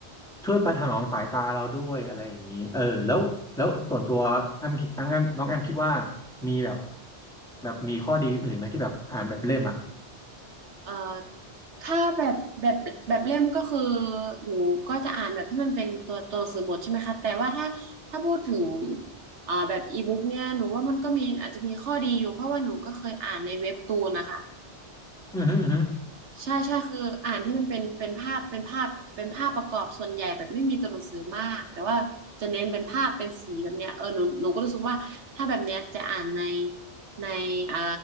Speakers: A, in the centre; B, on the right.
A: ช่วยประถนอมสายตาเราด้วยอะไรอย่างนี้เออแล้วแล้วส่วนตัวแอมแอมแอมน้องแอมคิดว่ามีแบบแบบมีข้อดีอื่นไหมที่แบบอ่านแบบเล่มอ่ะ
B: เอ่อถ้าแบบแบบแบบเล่มก็คือหนูก็จะอ่านแบบที่มันเป็นตัวตัวหนังสือหมดใช่ไหมคะแต่ว่าถ้าถ้าพูดถึงอ่าแบบอีบุ๊กเนี่ยหนูว่ามันก็มีอาจจะมีข้อดีอยู่เพราะว่าหนูก็เคยอ่านในเว็บตูนนะคะ
A: อือฮึอือฮึ
B: ใช่ใช่คืออ่านที่มันเป็นเป็นภาพเป็นภาพเป็นภาพประกอบส่วนใหญ่แบบไม่มีตัวหนังสือมากแต่ว่าจะเน้นเป็นภาพเป็นสีแบบเนี้ยเออหนูหนูก็รู้สึกว่าถ้าแบบเนี้ยจะอ่านในในอ่า